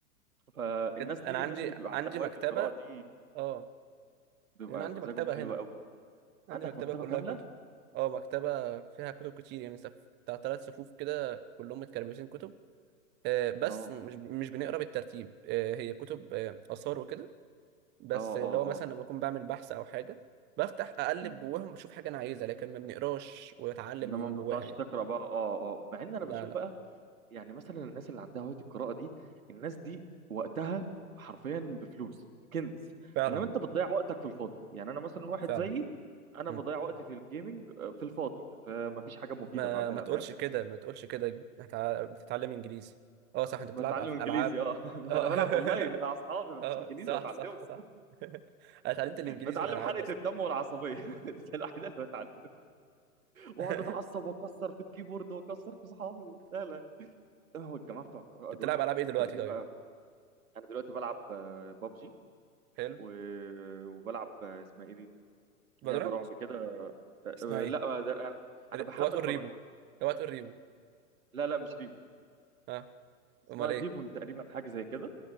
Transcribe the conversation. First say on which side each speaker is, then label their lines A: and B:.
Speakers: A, on the right (about 65°); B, on the right (about 25°).
A: فالناس
B: بجد أنا
A: دي
B: عندي
A: الناس اللي بيبقى عندها
B: عندي
A: هواية
B: مكتبة
A: القراءة دي
B: أه
A: بيبقى
B: يعني أنا عندي
A: مزاجهم
B: مكتبة
A: حلو
B: هنا
A: قوي
B: عندي
A: عندك
B: مكتبة
A: مكتبة
B: كلها
A: كاملة
B: كتب اه مكتبة فيها كتب كتير يعني سف... بتاع تلات صفوف كده كلهم متكربسين كتب آه بس
A: اه
B: مش مش بنقرا بالترتيب آه هي كتب آه آثار وكده بس
A: اه
B: لو
A: اه
B: مثلا
A: اه
B: لما بكون بعمل بحث أو حاجة بفتح أقلب
A: مم.
B: جواهم بشوف حاجة أنا عايزها لكن ما بنقراش وأتعلم
A: انما
B: من
A: ما
B: جواها
A: بتعرفش
B: يعني
A: تقرا بقى اه اه مع ان انا
B: لا
A: بشوف
B: لا
A: بقى يعني مثلا الناس اللي عندها هوايه القراءه دي الناس دي وقتها حرفيا بفلوس كنز
B: فعلا
A: انما انت بتضيع وقتك في الفاضي يعني انا مثلا واحد
B: فعلا
A: زيي انا
B: مم.
A: بضيع وقتي في الجيمنج آه، في الفاضي فما فيش حاجه مفيده
B: ما
A: بعملها
B: ما تقولش
A: فاهم
B: كده ما تقولش كده هتع... بتتعلم إنجليزي اه صح أنت
A: بتعلم
B: بتلعب في
A: انجليزي
B: الألعاب
A: اه <laughs>
B: اه
A: انا بلعب
B: <laughs>
A: اونلاين مع اصحابي ما
B: اه
A: فيش انجليزي
B: صح
A: بتعلمه
B: صح صح <laughs> انا اتعلمت الانجليزي
A: بتعلم
B: من العاب
A: حرقه
B: اصلا
A: الدم والعصبيه <laughs> دي الوحيده اللي بتعلم واقعد
B: <laughs>
A: اتعصب واكسر في الكيبورد واكسر في اصحابي لا لا هو الجماعه بتوع القراءه
B: انت
A: دول
B: بتلعب العاب ايه دلوقتي
A: تلاقيه
B: طيب
A: بقى انا دلوقتي بلعب بابجي
B: حلو
A: و... وبلعب آه، اسمها ايه دي لعبه
B: فالورانت
A: رعب كده آه،
B: اسمها
A: آه،
B: ايه
A: لا آه، ده انا انا
B: ر-
A: بحمل
B: وات اور ريبو
A: فالورنت
B: وات اور ريبو
A: لا لا مش ريفو
B: اه
A: اسمها
B: امال
A: ديفون
B: ايه
A: تقريبا حاجه زي كده